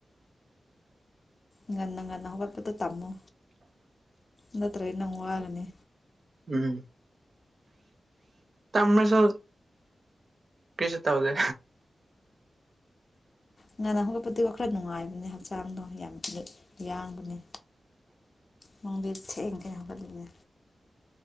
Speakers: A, on the left; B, on the right.
A: ꯉꯟꯅ ꯉꯟꯅ ꯍꯧꯒꯠꯄꯗꯣ ꯇꯝꯃꯣ ꯅꯠ ꯇꯔ꯭ꯗꯤ ꯅꯪ ꯋꯥꯒꯅꯤ
B: ꯎꯝ ꯇꯝꯃꯁꯨ ꯀꯔꯤꯁꯨ ꯇꯧꯗꯦ
A: ꯉꯟꯅ ꯍꯧꯒꯠꯄꯗꯨ ꯈꯔ ꯅꯨꯡꯉꯥꯏꯕꯅꯦ ꯍꯛꯆꯥꯡꯗꯣ ꯌꯥꯝ ꯌꯥꯡꯕꯅꯦ ꯅꯡꯗꯤ ꯊꯦꯡ ꯊꯦꯡꯅ ꯍꯧꯒꯠꯂꯦꯅꯦ